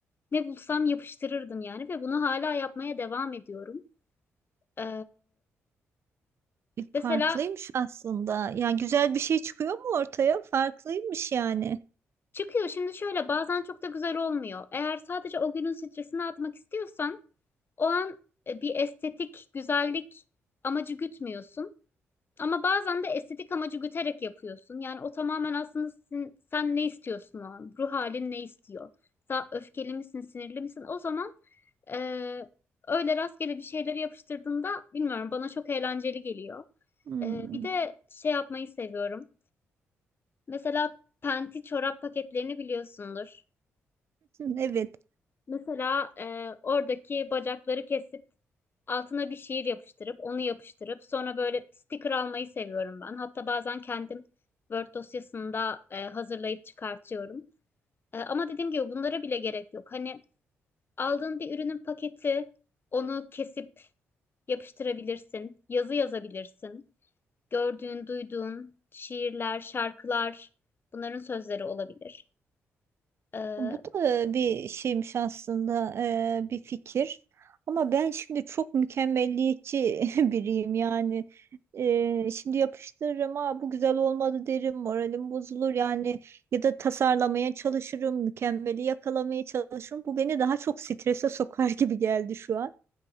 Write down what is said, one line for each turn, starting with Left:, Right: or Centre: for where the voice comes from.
Left: ne bulsam yapıştırırdım yani ve bunu hala yapmaya devam ediyorum. Ee,
Right: E,
Left: mesela
Right: farklıymış aslında ya güzel bir şey çıkıyor mu ortaya farklıymış yani.
Left: çıkıyor şimdi şöyle bazen çok da güzel olmuyor. Eğer sadece o günün stresini atmak istiyorsan o an e, bir estetik güzellik amacı gütmüyorsun. Ama bazen de estetik amacı güterek yapıyorsun. Yani o tamamen aslında sin- sen ne istiyorsun o an? Ruh halin ne istiyor? Sen öfkeli misin, sinirli misin? O zaman eee, öyle rastgele bir şeyleri yapıştırdığında bilmiyorum bana çok eğlenceli geliyor.
Right: Hmm.
Left: Eee, bir de şey yapmayı seviyorum. Mesela penti çorap paketlerini biliyorsundur.
Right: Evet,
Left: Mesela e, oradaki bacakları kesip altına bir şiir yapıştırıp onu yapıştırıp sonra böyle sticker almayı seviyorum ben. Hatta bazen kendim Word dosyasında e, hazırlayıp çıkartıyorum. E, ama dediğim gibi bunlara bile gerek yok. Hani aldığın bir ürünün paketi onu kesip yapıştırabilirsin, yazı yazabilirsin. Gördüğün, duyduğun şiirler, şarkılar bunların sözleri olabilir. E,
Right: bu da bir şeymiş aslında eee, bir fikir. Ama ben şimdi çok mükemmelliyetçi <laughs> biriyim yani. Eee, şimdi yapıştırırım, Aa, bu güzel olmadı derim, moralim bozulur yani. Ya da tasarlamaya çalışırım, mükemmeli yakalamaya çalışırım. Bu beni daha çok strese sokar <laughs> gibi geldi şu an.